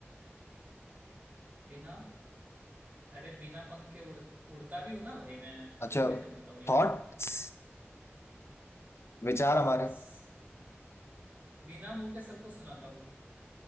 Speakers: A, on the right; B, on the left.
A: बिना अरे बिना पंख के उड़ उड़ता भी हूँ ना भाई मैं
B: अच्छा
A: फोन कैसे उड़ता हूँ यार
B: थॉट्स विचार
A: थॉट्स
B: हमारे
A: बिना मुंह के सबको सुनाता हूँ